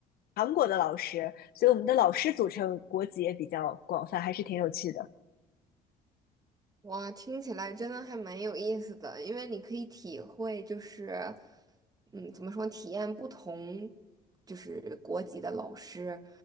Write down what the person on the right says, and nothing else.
哇，听起来真的还蛮有意思的，因为你可以体会，就是，嗯，怎么说，体验不同，就是国籍的老师，